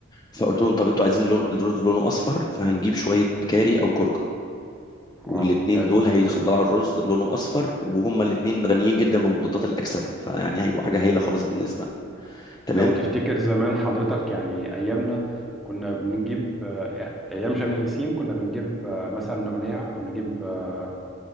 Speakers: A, on the left (about 20°); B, in the centre.
A: فقلت
B: تمام
A: لهم طب انتوا عايزين لون الرز لونه اصفر فهنجيب شويه كاري او كركم والاتنين
B: اه حلو
A: دول هيطلعوا
B: حاجه طبعا
A: الرز لونه اصفر وهما الاتنين غنيين جدا بمضادات الاكسده فيعني هيبقوا حاجه هايله خالص
B: تمام
A: بالنسبه لنا تمام
B: لو تفتكر زمان حضرتك يعني ايامنا كنا بنجيب آه، ايام شم النسيم كنا بنجيب آه، مثلا نعناع او نجيب آه،